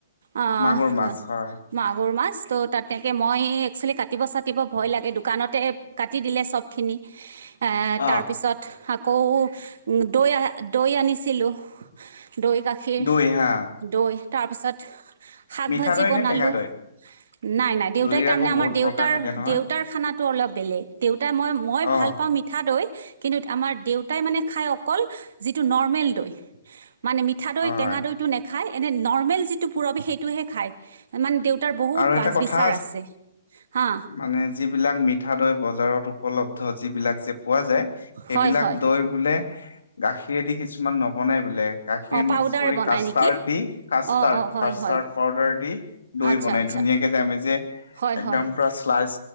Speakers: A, on the right; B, on the left.
A: অ
B: মাগুৰ মাছ
A: হ
B: হয়,
A: মাগুৰ মাছ ত' তাতকে মই একচেলি কাটিব- চাটিব ভয় লাগে দোকানত তে কাটি দিলে ছবখিনি এ
B: অ
A: তাৰ পিছত আকৌ দৈ আ, দৈ আনিছিলোঁ দৈ গা খী,
B: দৈ হা
A: দৈ তাৰপিছত শাক
B: মিঠা
A: ভাজি
B: দৈ
A: বনালোঁ।
B: নে টেঙা দৈ?
A: নাই নাই দেউতাই
B: দৈৰ
A: তাৰ
B: আকৌ
A: মানে আমাৰ
B: বহুত
A: দেউতাৰ,
B: প্ৰকাৰ থাকে নহয়।
A: দেউতাৰ খানাটো অলপ বেলেগ দেউতাই মই মই
B: অ
A: ভাল পাওঁ <inaudible> মিঠা দৈ, কিন্তু আমাৰ দেউতাই মানে খাই অকল যিটো নৰ্মেল দৈ। মানে মিঠা দৈ,
B: হয়
A: টেঙা দৈটো নেখায় এনেই নৰ্মেল যিটো পুৰবি সেইটোহে খায়। ইমান দেউতাৰ বহুত
B: আৰু
A: বাছ
B: এটা কথা
A: - বিচাৰ আছে হা।
B: মানে যিবিলাক মিঠা দৈ বজাৰত উপলব্ধ যিবিলাক যে পোৱা যায় সেইবিলাক
A: হয় হয়
B: দৈ বোলে গাখিৰেদি কিছুমান ন বনাই বোলে গাখীৰ
A: অঁ
B: মিক্স
A: পাউদাৰ
B: কৰি
A: বনাই
B: কাষ্টাৰ্ড
A: নেকি
B: দি কাষ্টাৰ্ড,
A: অঁ অঁ হয়
B: কাষ্টাৰ্ড
A: হয়
B: পাউদাৰ দি দৈ
A: আচ্ছা
B: বনাই
A: আচ্ছা
B: ধুনীয়াঁকে যে আমি যে
A: হয়
B: একদম
A: হয়
B: পুৰা শ্লাইচ